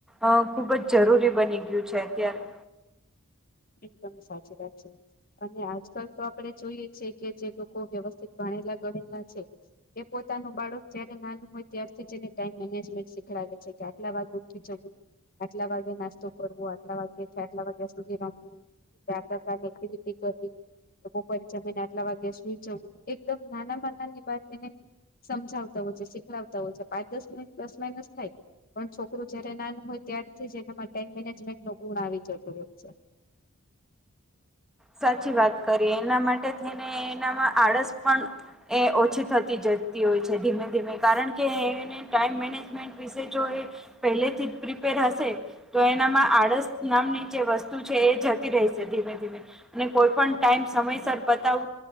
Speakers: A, in the centre; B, on the left.
A: અ ખુબ જ જરૂરી બની ગયું છે અત્યારે.
B: એકદમ સાચી વાત છે અને આજકાલ તો આપણે જોઈએ છીએ કે જે લોકો વ્યવસ્થિત રીતે ભણેલા-ગણેલા છે, એ પોતાના બાળકને જ્યારે નાનું હોય ત્યારથી જ એને ટાઈમ મેનેજમેન્ટ શીખડાવે છે કે આટલા વાગ્યે ઉઠી જવું. આટલા વાગ્યે નાસ્તો કરવો, આટલા વાગે થી આટલા વાગ્યા સુધીમાં કામ હા, <inaudible> કનેક્ટિવિટી કરવી બપોરે જમીને આટલા વાગ્યે સૂઈ જવું એ એકદમ નાના નાના ની વાત એને સમજાવતા હોય છે, શીખવાડતા હોય છે. પાંચ-દસ મિનિટ, દસ માયન્સ થાય. પણ છોકરું જ્યારે નાનું હોય ત્યારથી જ એના માટે ટાઈમ મેનેજમેન્ટનો ગુણ આવી જતુ હોય છે.
A: સાચી વાત કરીએ એના માટે થેને એનામાં આળસ પણ એ ઓછી થતી જતી હોય છે ધીમે ધીમે કારણ કે એને ટાઈમ મેનેજમેન્ટ વિશે જો એ પહેલેથી જ પ્રિપેર હશે તો એનામાં આળસ નામની જે વસ્તુ છે, એ જતી રેશે ધીમે ધીમે અને કોઈપણ ટાઈમ સમયસર પતાઉ